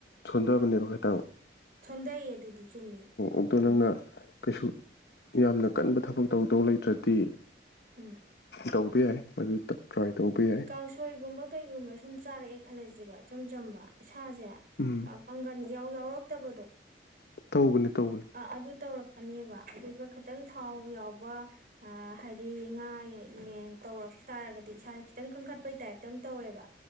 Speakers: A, on the left; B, on the right.
A: ꯁꯣꯟꯊꯕꯅꯦꯕ ꯈꯤꯇꯪ
B: ꯁꯣꯟꯗꯩ ꯑꯗꯨꯗꯤ ꯆꯨꯝꯃꯤ
A: ꯑꯗꯣ
B: ꯎꯝ
A: ꯅꯪꯅ ꯀꯩꯁꯨ ꯌꯥꯝꯅ ꯀꯟꯕ ꯊꯕꯛ ꯇꯧꯗꯧ ꯂꯩꯇ꯭ꯔꯗꯤ
B: ꯎꯝ
A: ꯇꯧꯕ ꯌꯥꯏ ꯃꯗꯨ ꯇ꯭ꯔꯥꯏ ꯇꯧꯕ ꯌꯥꯏ꯫
B: ꯀꯥꯡꯁꯣꯏꯒꯨꯝꯕ ꯀꯩꯒꯨꯝꯕ ꯁꯨꯝ ꯆꯥꯔꯛꯑꯦ ꯈꯜꯂꯁꯦꯕ ꯏꯆꯝ ꯆꯝꯕ ꯏꯁꯥꯁꯦ
A: ꯎꯝ
B: ꯄꯥꯡꯒꯟ ꯏꯌꯥꯎ ꯌꯥꯎꯔꯛꯇꯕꯗꯣ꯫
A: ꯇꯧꯕꯅꯤ ꯇꯧꯕꯅꯤ
B: ꯑꯗꯨ ꯇꯧꯔꯛꯀꯅꯦꯕ ꯑꯗꯨꯒ ꯈꯤꯇꯪ ꯊꯥꯎ ꯌꯥꯎꯕ ꯍꯥꯏꯗꯤ ꯉꯥ ꯌꯦꯟ ꯇꯧꯔꯛ ꯇꯥꯔꯒꯗꯤ ꯏꯁꯥꯥꯁꯦ ꯈꯤꯇꯪ ꯀꯟꯈꯠꯄꯩ ꯇꯥꯏꯞ ꯇꯧꯋꯦꯕ